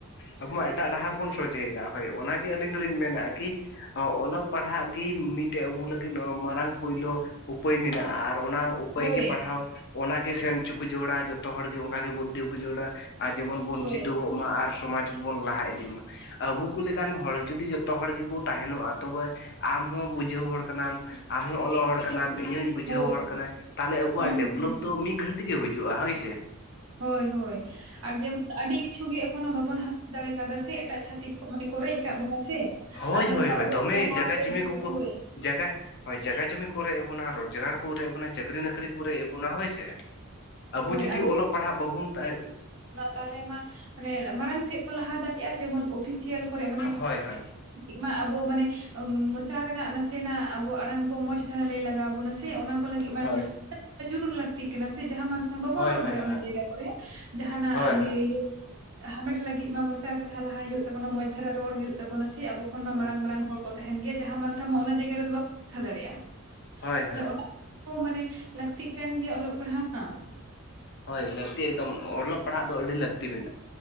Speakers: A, on the left; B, on the right.
A: ᱟᱵᱚ ᱢᱟ ᱮᱴᱟᱜ ᱰᱟᱦᱟᱨ ᱵᱚᱱ ᱥᱚᱡᱷᱮᱭ ᱫᱟ ᱦᱳᱭ ᱚᱱᱟᱜᱮ ᱟᱹᱞᱤᱧ ᱫᱚᱞᱤᱧ ᱢᱮᱱᱟᱜᱼᱟ ᱠᱤᱼ ᱚᱞᱚᱜ ᱯᱟᱲᱦᱟᱜ ᱜᱤ ᱢᱤᱫᱴᱮᱡ ᱟᱵᱚ ᱞᱟᱹᱜᱤᱫ ᱦᱚᱸ ᱢᱟᱨᱟᱝ ᱯᱳᱭᱞᱳ ᱩᱯᱟᱹᱭ ᱢᱮᱱᱟᱜᱼᱟ ᱟᱨ ᱚᱱᱟ ᱩᱯᱟᱹᱭ
B: ᱦᱳᱭ
A: ᱜᱮ ᱯᱟᱲᱦᱟᱣ ᱚᱱᱟᱜᱮ ᱥᱮᱱ ᱦᱚᱪᱚ ᱠᱚ ᱡᱳᱲᱟ ᱡᱚᱛᱚ ᱦᱚᱲ ᱜᱮ ᱚᱱᱠᱟ ᱜᱮ ᱵᱩᱫᱽᱫᱷᱤ ᱠᱚ ᱡᱳᱲᱟ ᱟᱨ ᱡᱮᱢᱚᱱ ᱵᱚᱱ
B: ᱦᱳᱭ
A: ᱪᱮᱫᱚ ᱜᱚᱜ ᱢᱟ ᱟᱨ ᱥᱚᱢᱟᱡᱽ ᱵᱚᱱ ᱞᱟᱦᱟ ᱤᱫᱤ ᱢᱟ ᱟᱵᱚ ᱠᱚ ᱞᱮᱠᱟᱱ ᱦᱚᱲ ᱡᱩᱫᱤ ᱡᱚᱛᱚ ᱦᱚᱲ ᱜᱮᱵᱚ ᱛᱟᱦᱮᱱᱚᱜᱼᱟ ᱛᱚᱵᱮ ᱟᱢᱦᱚᱸ ᱵᱩᱡᱷᱟᱹᱣ ᱦᱚᱲ ᱠᱟᱱᱟᱢ ᱟᱢᱦᱚᱸ ᱚᱞᱚᱜ ᱦᱚᱲ ᱠᱟᱱᱟᱢ ᱤᱧ ᱦᱚᱸᱧ ᱵᱩᱡᱷᱟᱹᱣ
B: ᱦᱳᱭ
A: ᱦᱚᱲ ᱠᱟᱱᱟᱭ ᱛᱟᱦᱞᱮ ᱟᱵᱚᱣᱟᱜ
B: ᱦᱩᱸ
A: ᱰᱮᱵᱷᱞᱚᱵ
B: ᱦᱩᱸ ᱦᱩᱸ
A: ᱫᱚ ᱢᱤᱫ ᱜᱷᱟᱹᱲᱤᱡ ᱛᱮᱜᱮ ᱦᱤᱡᱩᱜᱼᱟ ᱦᱳᱭᱥᱮ᱾
B: ᱦᱳᱭ ᱦᱳᱭ ᱟᱨ ᱡᱮᱢᱚᱱ ᱟᱹᱰᱤ ᱠᱤᱪᱷᱩ ᱜᱮ ᱮᱠᱷᱚᱱᱳ ᱵᱟᱵᱚᱱ ᱦᱟᱛᱟᱣ ᱫᱟᱲᱮ ᱠᱟᱣᱫᱟ ᱥᱮ ᱮᱴᱟᱜ ᱪᱷᱟᱛᱤᱠ ᱠᱷᱚᱼ ᱢᱟᱱᱮ ᱠᱚ ᱨᱮᱪ ᱠᱟᱜ ᱵᱚᱱᱟ ᱥᱮ
A: ᱦᱳᱭ
B: ᱟᱨ ᱱᱚᱝᱠᱟ
A: ᱦᱳᱭ ᱦᱳᱭ
B: ᱚᱞᱚᱜ
A: ᱫᱚᱢᱮ
B: ᱯᱟᱲᱦᱟᱣ
A: ᱡᱟᱜᱟ
B: ᱛᱮ
A: ᱡᱩᱢᱤ
B: ᱡᱩᱫᱤ
A: ᱠᱚᱠᱚ
B: ᱦᱳᱭ᱾
A: ᱡᱟᱜᱟ ᱦᱳᱭ ᱡᱟᱭᱜᱟ ᱡᱩᱢᱤ ᱠᱚ ᱨᱮᱡ ᱮᱫᱽ ᱵᱚᱱᱟ ᱨᱳᱡᱽᱜᱟᱨ ᱠᱚ ᱨᱮᱡ ᱮᱫ ᱵᱚᱱᱟ ᱪᱟᱠᱨᱤ ᱱᱚᱠᱨᱤ ᱠᱚ ᱨᱮᱡ ᱮᱫᱽ ᱵᱚᱱᱟ ᱦᱳᱭ ᱥᱮ ᱟᱵᱚ
B: ᱦᱳᱭ
A: ᱡᱩᱫᱤ ᱚᱞᱚᱜ ᱯᱟᱲᱦᱟᱜ ᱵᱟᱵᱚᱱ ᱛᱟᱦᱮᱼ
B: ᱛᱟᱦᱞᱮ ᱢᱟ ᱚᱱᱮ ᱢᱟᱲᱟᱝ ᱥᱮᱫ ᱠᱚ ᱞᱟᱦᱟ ᱫᱟᱲᱮᱭᱼᱟ ᱡᱮᱢᱚᱱ ᱚᱯᱷᱤᱥᱤᱭᱟᱞ ᱠᱚᱨᱮᱜ ᱢᱟᱱᱮ
A: ᱦᱳᱭ ᱦᱳᱭ
B: ᱠᱤ ᱢᱟ ᱟᱵᱚ ᱢᱟᱱᱮ ᱢᱚᱪᱟ ᱨᱮᱱᱟᱜ ᱱᱟᱥᱮ ᱱᱟᱜ ᱟᱵᱚ ᱟᱲᱟᱝ ᱠᱚ ᱢᱚᱸᱡᱽ ᱫᱷᱟᱨᱟ ᱞᱟᱹᱭ ᱞᱟᱜᱟᱣ ᱵᱚᱱᱟ ᱥᱮ ᱚᱱᱟ ᱠᱚ ᱞᱟᱹᱜᱤᱫ ᱢᱟ
A: ᱦᱳᱭ
B: ᱱᱤᱥᱼ ᱡᱟᱹᱨᱩᱲ ᱞᱟᱹᱠᱛᱤᱜ ᱠᱟᱱᱟ ᱥᱮ ᱡᱟᱦᱟᱸ ᱢᱟᱱ
A: ᱦᱳᱭ
B: ᱵᱟᱵᱚᱱ ᱨᱚᱲ
A: ᱦᱳᱭ
B: ᱫᱟᱲᱮᱭᱟᱜᱼᱟ ᱚᱱᱟ
A: ᱦᱳᱭ
B: ᱡᱟᱭᱜᱟ ᱠᱚᱨᱮ ᱡᱟᱦᱱᱟᱜ
A: ᱦᱳᱭ
B: ᱱᱤᱭᱟᱹ ᱤᱭᱟ. ᱼ ᱦᱟᱢᱮᱴ ᱞᱟᱹᱜᱤᱫ ᱢᱟ ᱢᱚᱪᱟ ᱠᱟᱛᱷᱟ ᱞᱟᱦᱟ ᱦᱩᱭᱩᱜ ᱛᱟᱵᱚᱱᱟ ᱢᱚᱸᱡᱽ ᱫᱷᱟᱨᱟ ᱨᱚᱲ ᱦᱩᱭᱩᱜ ᱛᱟᱵᱚᱱᱟ ᱥᱮ ᱟᱵᱚ ᱠᱷᱚᱱ
A: ᱦᱳᱭ
B: ᱢᱟ ᱢᱟᱲᱟᱝ ᱢᱟᱲᱟᱝ ᱦᱚᱲ ᱠᱚ ᱛᱟᱦᱮᱱ ᱜᱮᱭᱟ ᱡᱟᱦᱟᱸ ᱢᱟᱱ ᱛᱟᱸᱦᱟ ᱢᱚᱱ ᱚᱱᱟ ᱡᱟᱭᱜᱟ ᱨᱮᱫᱚ ᱵᱟᱵᱚᱱ ᱛᱟᱦᱮ ᱫᱟᱲᱮᱭᱼᱟ᱾
A: ᱦᱳᱭ
B: ᱚᱱᱟ
A: ᱦᱳᱭ
B: <unintelligible> ᱠᱚ ᱢᱟᱱᱮ ᱞᱟᱹᱠᱛᱤᱜ ᱠᱟᱱ ᱜᱮᱭᱟ ᱚᱞᱚᱜ ᱯᱟᱲᱦᱟᱜ ᱢᱟ
A: ᱦᱳᱭ ᱞᱟᱹᱠᱛᱤ ᱮᱠᱫᱚᱢ ᱚᱞᱚᱜ ᱯᱟᱲᱦᱟᱜ ᱫᱚ ᱟᱰᱤ ᱞᱟᱹᱠᱛᱤ ᱢᱮᱱᱟᱜᱼᱟ